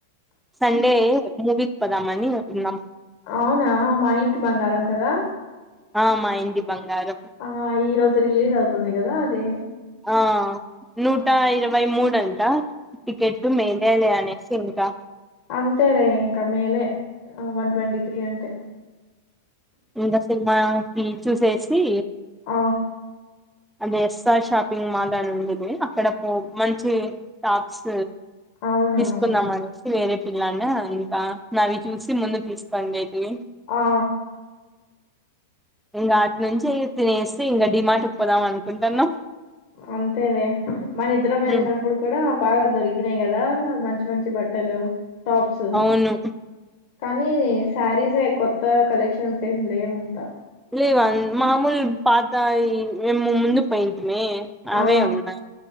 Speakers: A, in the centre; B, on the left.
A: సండే మూవికి పోదామ్మని అనుకున్నాం
B: అవునా మా ఇంటి బంగారం కదా
A: ఆ మా ఇంటి బంగారం
B: ఆ ఈరోజు రిలీజ్ అవుతుంది కదా అది
A: ఆ నూటా
B: ఆ
A: ఇరవై మూడు అంటా టికెట్ మే లే అనేసి ఇంకా
B: అంతేరే ఇంకా మేలే వన్ ట్వంటీ త్రీ అంటే
A: ఇంకా సినిమాకిి చూసేసి
B: ఆ
A: అదే S R shopping mall అని ఉండది అక్కడ పో మంచి టాప్స్
B: అవును
A: తీసుకున్నామానేసి
B: అవును
A: వేరే పిల్లానా ఇంకా అవి చూసి ముందు తీసుకోండి అయితే
B: ఆఓ
A: ఇంకా అటు నుంచి తినేసి ఇంకా డిమాటికి పోదాం అనుకుంటున్నాము
B: అంతేలే మన ఇద్దరం మేలీనాప్పుడు
A: ఉమ్
B: కూడా బాగా దొరికినాయి కదా మంచి మంచి బట్టలు టాప్స్
A: అవును
B: కానీ శారీస్ కొత్త కలెక్షన్స్ ఏం లేవంతా
A: లేవా మామూలు పాతా ముందు పై అవే
B: ఆ
A: ఉన్నాయి